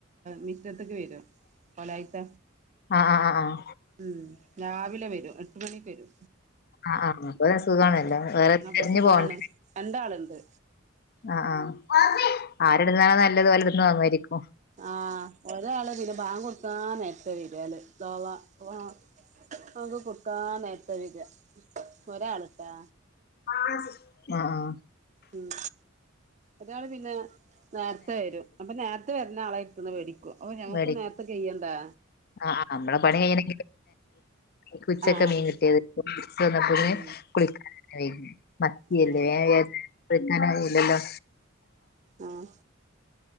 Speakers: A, on the right (about 35°); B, on the left (about 50°).
A: മിറ്റത്തേക്ക് വരും കൊലായിട്ട
B: ആഹ് ആഹ് ആഹ് ആഹ്
A: ഉം രാവിലെ വരും ഗണി പരു
B: ആഹ് ആഹ് അപ്പൊ സുഖാണല്ലോ
A: ഉ
B: വേറെ
A: അപ്പൊ
B: തെരഞ്ഞു
A: സുഖാണ്
B: പോവണ്ട
A: എന്താളുണ്ട്
B: ആഹ് ആഹ ആര്ടുന്നാല നല്ലതുപോലെ ഇടുന്ന് വാങ്ങമായിരിക്കും
A: ആഹ് ഒരാരാള് പിെ ഭാാം കൊടുത്താനായിട്ട് വരില് സോവാ നമക്ക് കുട്ടാ നേത്ത വക ഒരാളട്ടാ
B: ആഹ ആ
A: ഉം അതാണ് പിന്നെ നേരത്തെ വരും അപ്പൊ നേരത്തെ വരുന്ന ആളെ ഇത്തന്ന് പേടിക്കും അപ്പൊ ഞുക്ക്
B: മേടിക്കും
A: നേരത്തെ ചെയ്യണ്ടാ
B: ആഹ് ആ നമ്മെ പണി കഴിെ ഈ ഉച്ചൊക്കെ
A: ആഹ്
B: മീൻ കിട്ടിയത് വന്നപ്പോെ
A: ഉം
B: കുളിക്ക വ മത്തിയല്ലേ
A: ആഹ്
B: വേക്കാനറിയില്ലല്ലോ
A: ആഹ